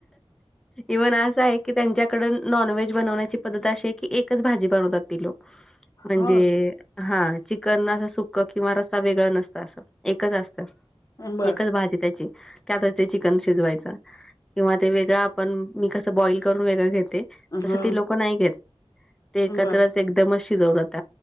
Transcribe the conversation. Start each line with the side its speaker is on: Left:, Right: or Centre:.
Centre: इव्हन असं हाय की त्यांच्याकड नॉनव्हेज बनवण्याची पद्धत अशी हाय की एकच भाजी बनवतात ती लोक म्हणजे
Left: हो
Centre: हा चिकन असं सुक्क किंवा रस्सा वेगळं नसत असं एकच असतं
Left: बर.
Centre: एकच भाजी त्याची त्यातच ते चिकन शिजवायच किंवा ते वेगळ आपण मी कसं बॉईल करून वेगळ घेते
Left: हा
Centre: तस ते लोक नाही घेत ते एकत्रच
Left: बर
Centre: एकदमच शिजवतात